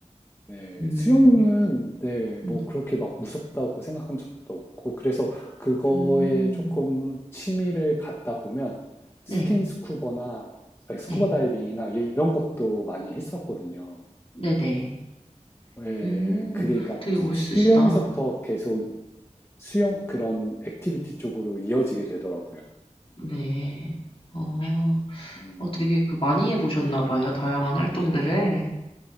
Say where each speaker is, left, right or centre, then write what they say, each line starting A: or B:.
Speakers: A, on the left (about 20°); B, on the left (about 45°).
A: 네,
B: 음,
A: 수영은 네,
B: 음,
A: 뭐 그렇게 막 무섭다고 생각한 적도 없고 그래서 그거에
B: 음,
A: 조금 취미를 갖다 보면
B: 네,
A: 스킨 스쿠버나 아니, 스쿠버
B: 네,
A: 다이빙이나 이런 것도 많이 했었거든요.
B: 네네.
A: 예,
B: 음,
A: 그게 그러니까
B: 되게 멋있으시다.
A: 수영에서부터 계속 수영 그런 액티비티 쪽으로 이어지게 되더라고요.
B: 네, 어.
A: 음.
B: 어, 되게 그 많이 해보셨나 봐요. 다양한 활동들을.